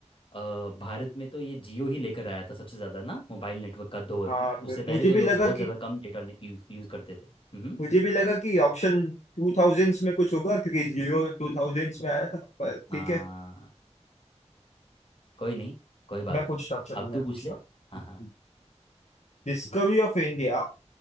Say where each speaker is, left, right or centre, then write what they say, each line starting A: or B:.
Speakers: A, on the left; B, on the left.
A: अ, भारत में तो ये जियो ही लेकर आया था सबसे ज़्यादा ना मोबाइल नेटवर्क का दौर
B: हाँ
A: उससे पहले
B: मुझे
A: तो
B: भी
A: लोग
B: लगा
A: बहुत ज़्यादा
B: कि
A: कम डेटा यूज़ करते थे हम्म
B: मुझे भी लगा कि ऑप्शन टू थाउजेंड्स में कुछ होगा क्योंकि जीरो टू थाउजेंड्स में आया था पर
A: हाँ
B: ठीक है
A: कोई नहीं कोई बात
B: मैं पूछता
A: नहीं
B: हूँ चलो
A: अब
B: मैं
A: तू
B: पूछता
A: पूछ ले
B: हूँ
A: हाँ हाँ
B: डिस्कवरी ऑफ इंडिया